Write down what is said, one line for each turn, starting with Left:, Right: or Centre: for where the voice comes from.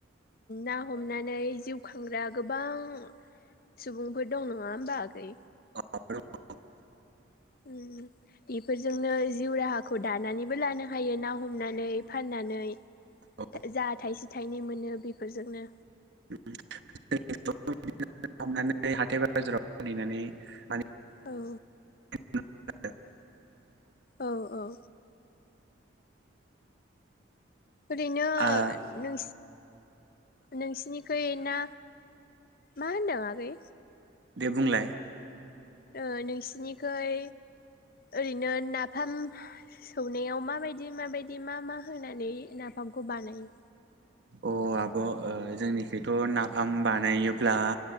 Left: ना हमनानै जिउ खांग्रा गोबां गोबां सुबुंफोर दं नङा होमबा आगै
Right: <unintelligible>
Left: उम बेफोरजोंनो जिउ राहाखौ दानानैबो लानो हायो ना हमनानै फाननानै
Right: औ
Left: जा थाइसे थाइनै मोनो बेफोरजोंनो
Right: हाथाय बाजाराव फहैनानै माने
Left: औ
Right: <inaudible>
Left: औ औ ओरैनो
Right: ओ
Left: नों नोंसिनिखै ना मा होनदों आगै
Right: दे बुंलाय।
Left: ओ नोंसिनिखै ओरैनो नाफाम सौनायाव माबायदि माबायदि मा मा होनानै नाफाम खौ बानायो?
Right: अ आब'ओजोंनिखैथ' नाफाम बानायोल्बा